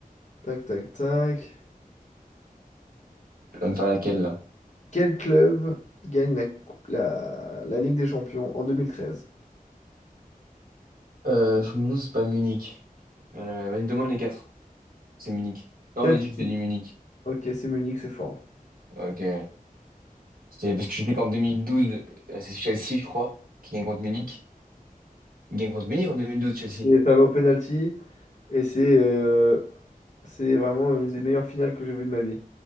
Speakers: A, on the left (about 50°); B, on the right (about 70°).
A: Tac, tac, tac.
B: tu vas me faire laquelle là?
A: Quel club gagne la, cou- la, la Ligue des Champions en 2013?
B: Euh, je me demande, si c'est pas Munich. Euh, vas-y, demande les quatre. C'est Munich. Non,
A: Chelsea.
B: vas-y, je te dis Munich.
A: Ok, c'est Munich, c'est fort.
B: Ok. C'était parce que je dis qu'en 2012, euh, c'est Chelsea, je crois, qui gagne contre Munich. Il gagne contre Munich en 2012, Chelsea.
A: Et ça va au penalty. Et c'est euh, c'est vraiment une des meilleures finales que j'ai vues de ma vie.